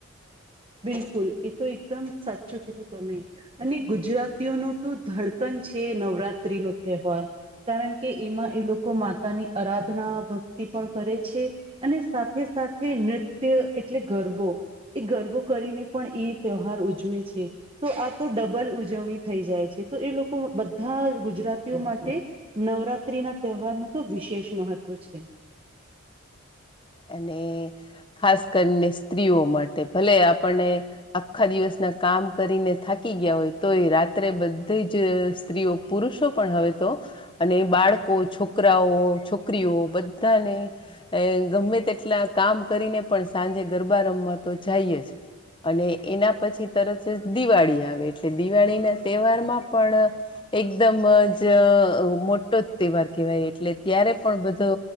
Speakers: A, on the right; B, on the left.
A: બિલકુલ, એ તો એકદમ સાચું કીધું તમે. અને ગુજરાતીઓ ન તો ધડકન છે, નવરાત્રી નો તહેવાર. કારણ કે એમાં એ લોકો માતાની આરાધના, ભક્તિ પણ કરે છે. અને સાથે સાથે નૃત્ય એટલે ગરબો. એ ગરબો કરીને પણ એ તહેવાર ઉજવે છે. તો આ તો ડબલ ઉજવણી થઈ જાય છે. તો એ લોકો બધા ગુજરાતીઓ માટે નવરાત્રી ના તહેવાર ન તો વિશેષ મહત્વ છે.
B: અને ખાસ કરીને સ્ત્રીઓ માટે, ભલે આપણને આખા દિવસના કામ કરીને થાકી ગયા હોય, તો એ રાત્રે બધી જ સ્ત્રીઓ પુરુષો પણ હવે તો. અને બાળકો, છોકરાઓ, છોકરીઓ બધાને અ ગમે તેટલા કામ કરીને પણ સાંજે ગરબા રમવા તો જાઈ જ. અને એના પછી તરત જ દિવાળી આવે. એટલે દિવાળી ના તહેવારમાં પણ એકદમ જ મોટો જ તહેવાર કહેવાય એટલે ત્યારે પણ બધો